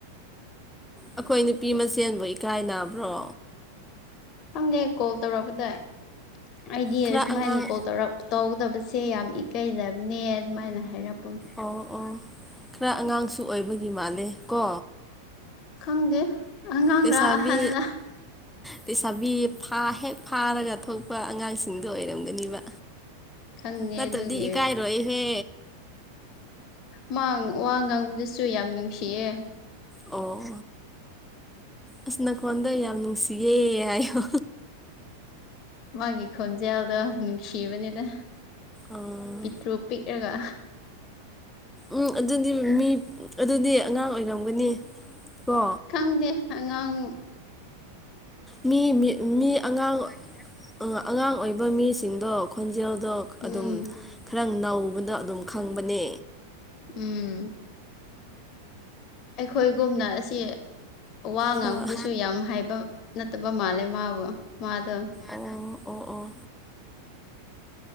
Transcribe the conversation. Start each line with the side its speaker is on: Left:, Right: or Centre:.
Centre: ꯑꯩꯈꯣꯏ ꯅꯨꯄꯤ ꯃꯁꯦꯟꯕꯨ ꯏꯀꯥꯏꯅꯕ꯭ꯔꯣ
Left: ꯈꯪꯗꯦ ꯀꯣꯜ ꯇꯧꯔꯛꯄꯗ ꯑꯩꯗꯤ
Centre: ꯈꯔ
Left: ꯑꯁꯨꯃꯍꯥꯏꯅ
Centre: ꯑꯉꯥꯡ
Left: ꯀꯣꯜ ꯇꯧꯔꯛ ꯇꯧꯗꯕꯁꯦ ꯌꯥꯝ ꯏꯀꯩꯖꯕꯅꯦ ꯑꯗꯨꯃꯥꯏꯅ ꯍꯥꯏꯔꯛ
Centre: ꯑꯣ ꯑꯣ ꯈꯔ ꯑꯉꯥꯡꯁꯨ ꯑꯣꯏꯕꯒꯤ ꯃꯥꯜꯂꯦ ꯀꯣ
Left: ꯈꯪꯗꯦ ꯑꯉꯥꯡꯔ
Centre: ꯂꯩꯁꯥꯕꯤ
Left: ꯑꯍꯟꯔ
Centre: ꯂꯩꯁꯥꯕꯤ ꯐꯥ ꯍꯦꯛ ꯐꯥꯔꯒ ꯊꯣꯛꯄ ꯑꯉꯥꯡꯁꯤꯡꯗꯣ ꯑꯣꯏꯔꯝꯒꯅꯤꯕ
Left: ꯈꯪꯗꯦ
Centre: ꯅꯠꯇ꯭ꯔꯗꯤ
Left: ꯑꯗꯨꯒꯤ
Centre: ꯏꯀꯥꯏꯔꯣꯏꯍꯦ
Left: ꯃꯥ ꯋꯥ ꯉꯥꯡꯕꯗꯁꯨ ꯌꯥꯝ ꯅꯨꯡꯁꯤꯌꯦ
Centre: ꯑꯣ ꯑꯣ ꯑꯁ ꯅꯈꯣꯟꯗ ꯌꯥꯝ ꯅꯨꯡꯁꯤꯌꯦ ꯍꯥꯏꯌꯣ
Left: ꯃꯥꯒꯤ ꯈꯣꯟꯖꯦꯜ ꯗꯣ ꯅꯨꯡꯁꯤꯕꯅꯤꯗ
Centre: ꯑꯥ
Left: ꯄꯤꯛꯇ꯭ꯔꯨꯛ ꯄꯤꯛꯔꯒ
Centre: ꯎꯝ ꯑꯗꯨꯗꯤ ꯃꯤ ꯑꯗꯨꯗꯤ ꯑꯉꯥꯡ ꯑꯣꯏꯔꯝꯒꯅꯤ ꯀꯣ
Left: ꯈꯪꯗꯦ ꯑꯉꯥꯡ
Centre: ꯃꯤ ꯃꯤ ꯃꯤ ꯑꯉꯥꯡ ꯑ ꯑꯉꯥꯡ ꯑꯣꯏꯕ ꯃꯤꯁꯤꯡꯗꯣ ꯈꯣꯟꯖꯦꯜꯗꯣ
Left: ꯎꯝ
Centre: ꯑꯗꯨꯝ ꯈꯔ ꯅꯧꯕꯗꯣ ꯑꯗꯨꯝ ꯈꯪꯕꯅꯦ
Left: ꯎꯝ ꯑꯩꯈꯣꯏꯒꯨꯝꯅ ꯑꯁꯤ ꯋꯥ ꯉꯥꯡꯕꯗꯁꯨ
Centre: ꯍꯣꯏ
Left: ꯌꯥꯝ ꯍꯩꯕ ꯅꯠꯇꯕ ꯃꯥꯂꯦ ꯃꯥꯕꯨ ꯃꯥꯗꯣ
Centre: ꯑꯣ ꯑꯣ ꯑꯣ